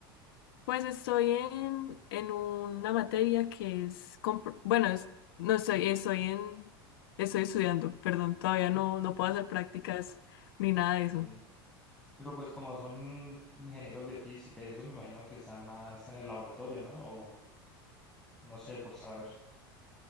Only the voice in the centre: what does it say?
Ok.
Pero pues como son ingenieros de física y eso, me imagino que están más en el laboratorio, ¿no? O no sé, por saber.